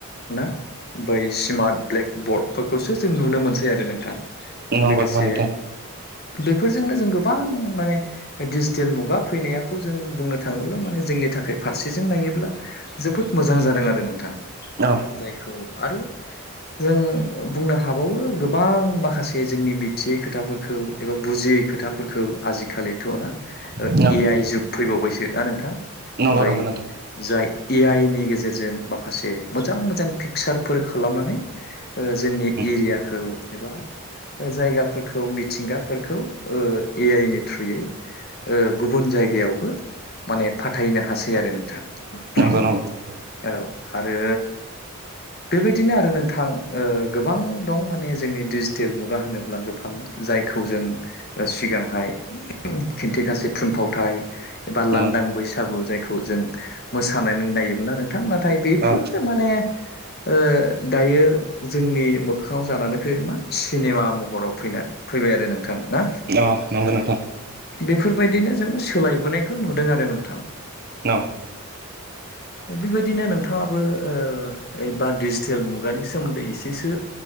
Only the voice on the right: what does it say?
नंगौ
नोंथां
औ
औ
नंगौ
नंगौ नोंथां
उम
नंगौ नंगौ
<inaudible>
औ
औ
अ नंगौ नोंथां
न